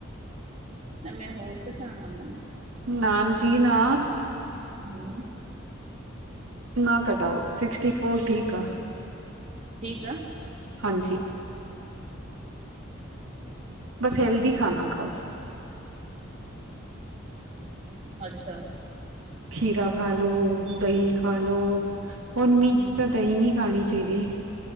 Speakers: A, on the right; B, on the right.
A: ਨਾ ਮੈਂ ਹੋਰ ਘਟਾਣਾ ਵਾ ਨਾ
B: ਨਾਮ ਜੀਨਾ
A: ਹਮ
B: ਨਾ ਕਟਾਓ ਸਿਕਸਟੀ ਫੋਰ ਠੀਕ ਆ
A: ਠੀਕ ਆ
B: ਹਾਂਜੀ ਬਸ ਹੈਲਦੀ ਖਾਨਾ ਖਾਓ
A: ਅੱਛਾ
B: ਖੀਰਾ ਖਾਲੋ ਦਹੀਂ ਖਾਲੋ ਹੁਣ ਮੀਹ
A: ਹੂੰ
B: ਚ ਤਾਂ ਦਹੀਂ ਨੀ ਖਾਣੀ। ਚਾਹੀਦੀ।